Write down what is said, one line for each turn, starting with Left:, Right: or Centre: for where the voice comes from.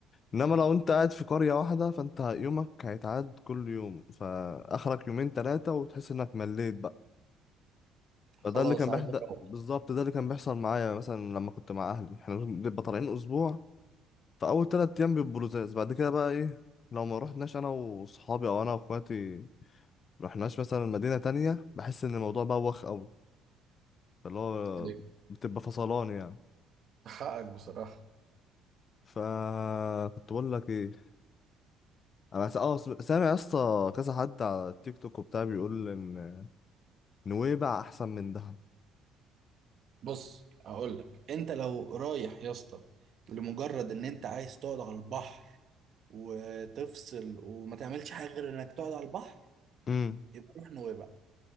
Left: إنما لو أنت قاعد في قرية واحدة فأنت يومك هيتعاد كل يوم فآخرك يومين تلاتة وتحس إنك مليت بقى فده
Right: خلاص
Left: اللي كان
Right: عايز
Left: بيحد
Right: اروح
Left: بالظبط ده اللي كان بيحصل معايا مثلا لما كنت مع اهلي احنا بنبقى طالعين اسبوع فاول تلات ايام بيبقوا لزاز بعد كده بقى ايه لو ما رحناش انا واصحابي او انا واخواتي رحناش مثلا مدينة تانية بحس ان الموضوع بوخ قوي فاللي هو
Right: عليك.
Left: بتبقى فصلان يعني
Right: حقك بصراحة
Left: فكنت بقول لك ايه انا س- اه سم- سامع يا اسطى كذا حد على التيك توك وبتاع بيقول ان نويبع احسن من دهب
Right: بص اقول لك انت لو رايح يا اسطى لمجرد ان انت عايز تقعد على البحر وتفصل وما تعملش حاجة غير انك تقعد على البحر
Left: امم
Right: يبقى روح نويبع